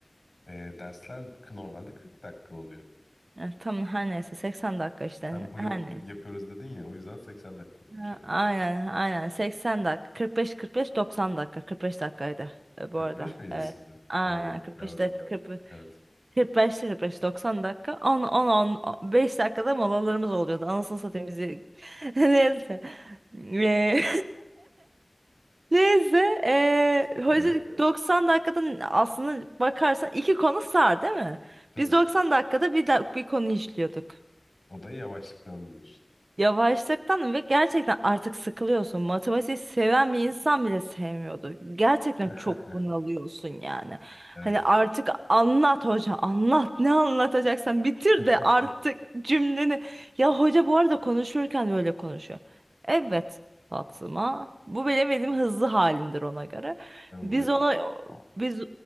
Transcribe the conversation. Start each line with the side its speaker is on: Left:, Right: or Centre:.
Left: Ee, dersler k- normalde 40 dakika oluyor.
Right: Evet, Tam her neyse 80 dakika işte.
Left: Sen blok
Right: Her neyse.
Left: yapıyoruz dedin ya o yüzden 80 dakika olmuş
Right: Ha,
Left: evet.
Right: Aynen aynen 80 dakika 45 45 90 dakika 45 dakikaydı e,
Left: 45
Right: bu arada.
Left: miydi
Right: Evet.
Left: sizde?
Right: Aynen
Left: Oo
Right: 45
Left: birazcık
Right: dakika 40
Left: evet.
Right: 45 45 90 dakika 10 10 10 5 dakikada molalarımız oluyordu. Anasını satayım bizi. <laughs> Neyse. Eee, <laughs> Neyse. eee
Left: Neyse.
Right: hoca
Left: Evet
Right: 90 dakikadan aslında bakarsan iki konu sar değil mi?
Left: tabii.
Right: Biz 90 dakikada bir, da- bir konu işliyorduk.
Left: O da yavaşlıktan diyorsun.
Right: Yavaşlıktan ve gerçekten artık sıkılıyorsun. Matematiği seven bir insan bile sevmiyordu. Gerçekten
Left: <laughs>
Right: çok bunalıyorsun yani.
Left: Evet.
Right: Hani artık anlat hoca, anlat ne anlatacaksan bitir
Left: <laughs>
Right: de artık cümleni. Ya hoca bu arada konuşurken böyle konuşuyor. Evet Fatma, bu bile benim hızlı halimdir ona göre.
Left: Evet.
Right: Biz ona
Left: Aa,
Right: biz